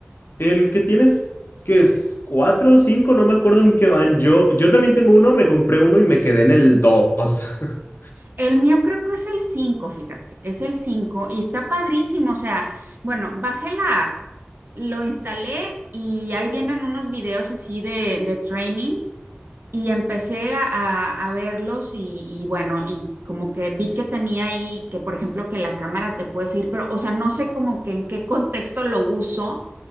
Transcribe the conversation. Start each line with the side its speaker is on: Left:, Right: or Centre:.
Left: El que tienes, que es cuatro o cinco, no me acuerdo en qué van. Yo, yo también tengo uno, me compré uno y me quedé en el dos. <laughs>
Right: El mío creo que es el 5, fíjate, es el 5 y está padrísimo. O sea, bueno, bajé la app, lo instalé y ahí vienen unos videos así de, de training y empecé a, a- a verlos y, y bueno, y como que vi que tenía ahí que, por ejemplo, que la cámara te puede seguir, pero, o sea, no sé como que en qué contexto lo uso